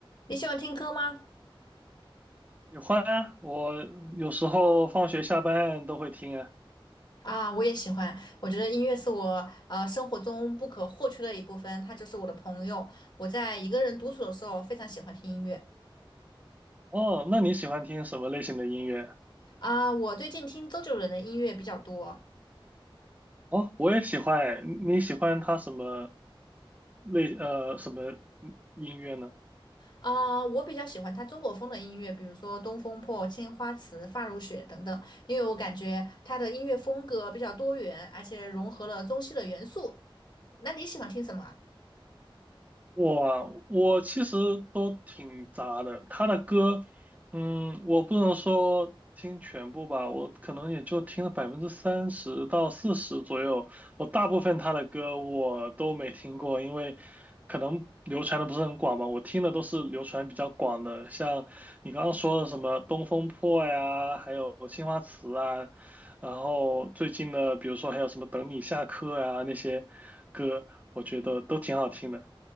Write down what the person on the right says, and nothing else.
喜欢啊，我有时候放学下班都会听啊。
哦，那你喜欢听什么类型的音乐？
哦，我也喜欢诶。你喜欢他什么类呃什么音乐呢？
我我其实都挺杂的，他的歌，嗯，我不能说听全部吧，我可能也就听了百分之三十到四十左右。我大部分他的歌我都没听过，因为可能流传的不是很广吧。我听的都是流传比较广的，像你刚刚说的什么《东风破》呀，还有《青花瓷》啊，然后最近的比如说还有什么《等你下课》啊那些歌，我觉得都挺好听的。